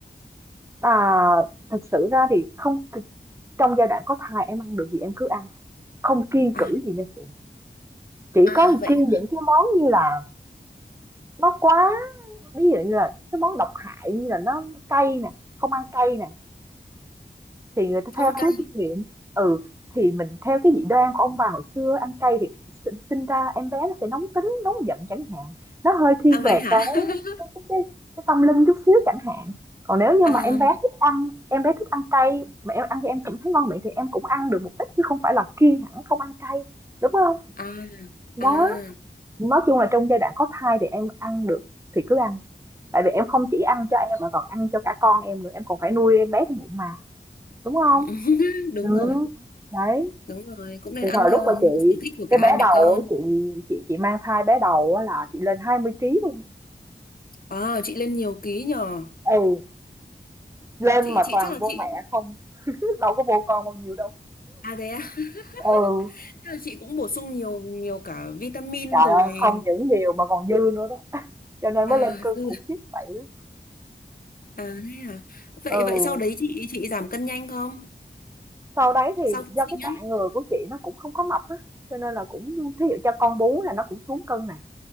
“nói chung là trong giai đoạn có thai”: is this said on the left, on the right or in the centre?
Right